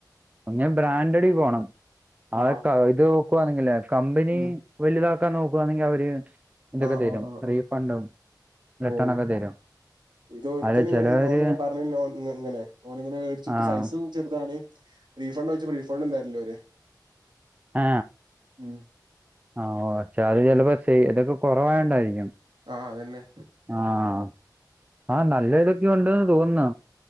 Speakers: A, on the right; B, on the right.
A: ഒ ബ്രാൻഡഡി പോണം ആ
B: ആഹ്
A: ഇത് നോക്കുവാണെങ്കിൽ കമ്പനി
B: ഉം
A: വലുതാക്കാൻ നോക്കുവാണെങ്കി അവര് ഇന്തൊക്കെ
B: ആഹ്
A: തരും
B: ആഹ് ആഹ്
A: റീഫണ്ടും
B: ആഹ്
A: റിട്ടേൺ
B: ഓഹ്
A: ഒക്കെ തരും
B: ഇതൊരുത്തന്
A: അല്ല ചിലവര്
B: ഞാൻ ഓന് പര്ഞ്ഞിഞ് ഓൻ ഇങ്ങനെ ഓനങ്ങനെ മേടിച്ചിട്ട്
A: ആഹ്
B: സൈസ് ചെറുതാണ് റീഫണ്ട് ചോദിചപ്പ റീഫണ്ട് എ
A: ആ
B: ഉം
A: ആ ഓച്ചാ അത് ചിലപ്പോ ഇതൊക്കെ കുറവായണ്ടായിരിക്കും
B: ആഹ അതന്നെ
A: ആഹ് ആഹ് നല്ല ഇതൊക്കെ ഉണ്ട്ന്ന് തോന്നുന്നു